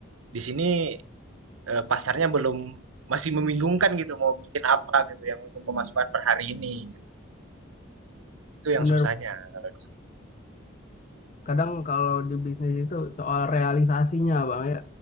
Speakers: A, on the right; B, on the left.
A: di sini eh, pasarnya belum masih membingungkan gitu mau bikin apa gitu yang untuk pemasukan per hari ini. Itu yang
B: Bener.
A: susahnya kalau di
B: Kadang kalau di bisnis itu soal realisasinya bang ya